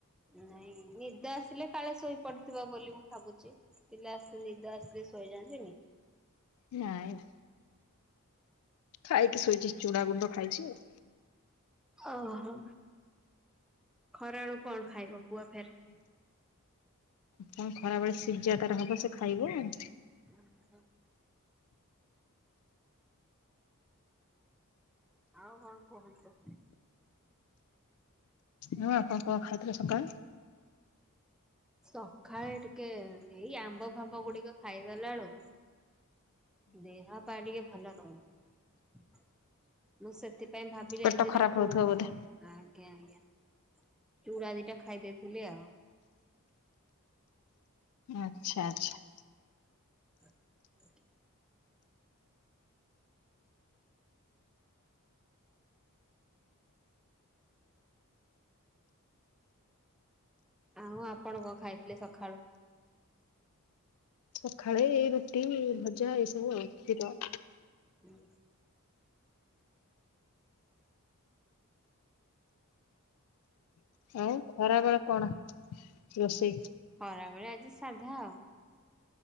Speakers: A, in the centre; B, on the left.
A: ନାଇଁ ନିଦ ଆସିଲେ କାଳେ ଶୋଇପଡିଥିବ ବୋଲି ମୁଁ ଭାବୁଚି। ପିଲା ତ ନିଦ ଆସିଲେ ଶୋଇଯାଆନ୍ତି ନି?
B: ନାଇଁ, ନା। ଖାଇକି ଶୋଇଛି ଚୁଡ଼ା ଗୁଣ୍ଡ ଖାଇଛି ଆଉ।
A: ଓହୋ! ଖରାବେଳୁ କଣ ଖାଇବ ପୁଅ ଫେର୍?
B: ଆଉ କଣ ଖରାବେଳେ ସିଜା ତାର ହବ ସେ ଖାଇବ ଆଉ।
A: ଓ ହୋ। ଆଉ କଣ କୁହନ୍ତୁ?
B: ହଁ ଆପଣ କଣ ଖାଇଥିଲେ ସକାଳେ?
A: ସକାଳେ ଟିକେ ଏଇ ଆମ୍ବ ଫାମ୍ବ ଗୁଡିକ ଖାଇଦେଲା ବେଳକୁ ଦେହ ପା ଟିକେ ଭଲ ରହୁନି ମୁଁ ସେ ଥିପାଇଁ ଭାବିଲି
B: ପେଟ
A: ଆଜି ଦିଟା
B: ଖରାପ
A: ଚୁଡ
B: ହଉଥିବ ବୋଧେ
A: ଆଜ୍ଞା ଆଜ୍ଞା ଚୁଡ଼ା ଦିଟା ଖାଇଦେଇଥିଲି ଆଉ।
B: ଆଚ୍ଛା ଆଚ୍ଛା।
A: <inaudible> ଆଉଁ ଆପଣ କଣ ଖାଇଥିଲେ ସକାଳୁ।
B: ସକାଳେ ଏଇ ରୁଟି ଭଜା ଏଇ ସବୁ ଆଉ କ୍ଷୀର।
A: ହୁଁ।
B: ଆଉ ଖରା ବେଳ କଣ ରୋଷେଇ।
A: ଖରାବେଳେ ଆଜି ସାଧା ଆଉ।